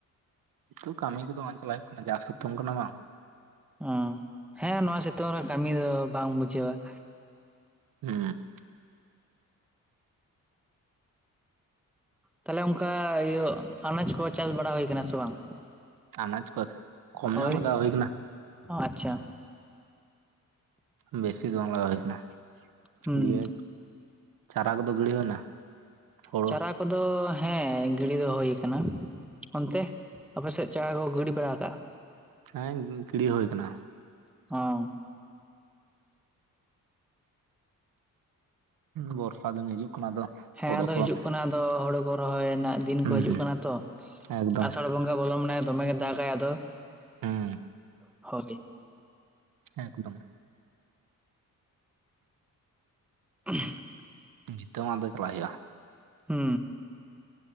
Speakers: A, on the right; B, in the centre.
A: ᱱᱤᱛᱚᱜ ᱠᱟᱹᱢᱤ ᱠᱚᱫᱚ ᱵᱟᱝ ᱪᱟᱞᱟᱜ ᱦᱩᱭᱩᱜ ᱠᱟᱱᱟ ᱡᱟ ᱥᱩᱛᱩᱢ ᱠᱟᱱᱟ ᱵᱟᱝ᱾
B: ᱩᱸ ᱦᱮᱸ ᱱᱚᱣᱟ ᱥᱤᱛᱩᱝ ᱨᱮ ᱠᱟᱹᱢᱤ ᱫᱚ ᱵᱟᱝ ᱵᱩᱡᱷᱟᱹᱣᱟᱺ
A: ᱦᱩᱸ᱾
B: ᱛᱟᱦᱞᱮ ᱚᱱᱠᱟ ᱤᱭᱟᱹ ᱟᱱᱟᱡ ᱠᱚ ᱪᱟᱥ ᱵᱟᱲᱟ ᱦᱩᱭ ᱠᱟᱱᱟ ᱥᱮ ᱵᱟᱝ?
A: ᱟᱱᱟᱡ ᱠᱚᱢ
B: ᱦᱳᱭ
A: ᱧᱚᱜ ᱞᱟᱜᱟᱣ ᱦᱩᱭ ᱠᱟᱱᱟ᱾
B: ᱟᱪᱪᱷᱟ
A: ᱵᱮᱥᱤ ᱫᱚ ᱵᱟᱝ ᱞᱟᱜᱟᱣ ᱦᱩᱭ ᱠᱟᱱᱟ,
B: ᱦᱩᱸ
A: ᱫᱤᱭᱮ ᱪᱟᱨᱟ ᱠᱚᱫᱚ ᱜᱤᱲᱤ ᱦᱩᱭᱱᱟ? ᱦᱳᱲᱳ
B: ᱪᱟᱨᱟ ᱠᱚᱫᱚ ᱦᱮᱸ ᱜᱤᱲᱤ ᱫᱚ ᱦᱳᱭ ᱠᱟᱱᱟ, ᱚᱱᱛᱮ? ᱟᱯᱮᱥᱮᱫ ᱪᱟᱲᱟ ᱠᱚ ᱜᱟᱹᱰᱤ ᱵᱟᱲᱟ ᱠᱟᱜᱼᱟ?
A: ᱦᱮᱸ ᱜᱤᱲᱤ ᱦᱳᱭ ᱠᱟᱱᱟ
B: <unintelligible>
A: ᱵᱚᱨᱥᱟ ᱫᱤᱱ ᱦᱤᱡᱩᱜ ᱠᱟᱱᱟ ᱟᱫᱚ
B: ᱦᱮᱸ
A: ᱦᱳᱲᱳ
B: ᱟᱫᱚ
A: ᱠᱚ
B: ᱦᱤᱡᱩᱜ ᱠᱟᱱᱟ ᱟᱫᱚ ᱦᱳᱲᱳ ᱠᱚ ᱨᱚᱦᱚᱭ ᱨᱮᱱᱟᱜ ᱫᱤᱱ
A: ᱦᱩᱸ
B: ᱠᱚ ᱦᱤᱡᱩᱜ ᱠᱟᱱᱟ ᱛᱚ
A: ᱮᱠᱫᱚᱢ
B: ᱟᱥᱟᱲ <unintelligible> ᱵᱚᱞᱚ ᱢᱟᱱᱮ ᱫᱚᱢᱮ ᱜᱮ ᱫᱟᱜᱟᱭ ᱟᱫᱚ
A: ᱦᱮᱸ
B: ᱦᱳᱭ
A: ᱮᱠᱫᱚᱢ
B: <unintelligible>
A: ᱵᱤᱛᱟᱹ <unintelligible> ᱪᱟᱞᱟᱜ ᱦᱩᱭᱩᱜᱼᱟ
B: ᱦᱩ